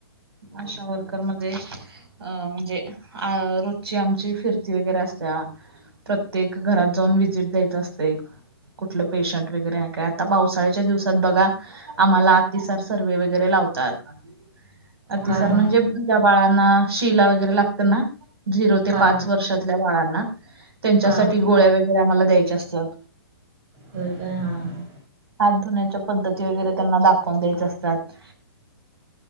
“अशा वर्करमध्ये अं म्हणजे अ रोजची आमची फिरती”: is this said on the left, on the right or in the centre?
Right